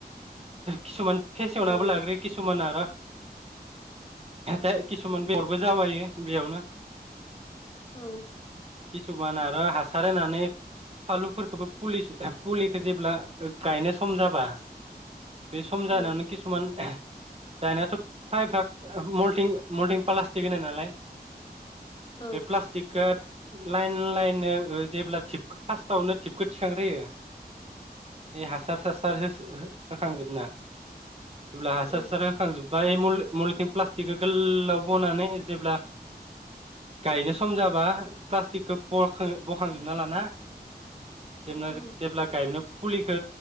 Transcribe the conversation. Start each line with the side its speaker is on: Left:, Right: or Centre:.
Right: किसुमान फेसेवनाबो
Left: औ
Right: लाग्रो किसुमान आरो दा किसुमान बेगरबो जावायो बेयावनो
Left: औ
Right: किसुमान आरो हासार होनानै फालुफोरखौबोफुलि फुलिखो जेब्ला गायनो सम जाबा बे सम
Left: औ
Right: जानायावनो किसुमान दानायाथ' फायभाग मलटिं मलटिं प्लास्टिक होनाय नालाय
Left: औ
Right: बे प्लास्टिको लाइन लाइन ओ जेब्ला टिप फार्स्टावनो टिपखौ थिखांग्रोयो ए हासार सासार हो फोखांजोबना जेब्ला हासार
Left: औ
Right: हासार होखांजोब बा मथिं प्लास्टिकखौ गोलाव बनानै जेब्ला गायनो सम जाबा प्लास्टिकखौ बख बखांजोबना लाना <unintelligible>
Left: औ
Right: फुलिखौ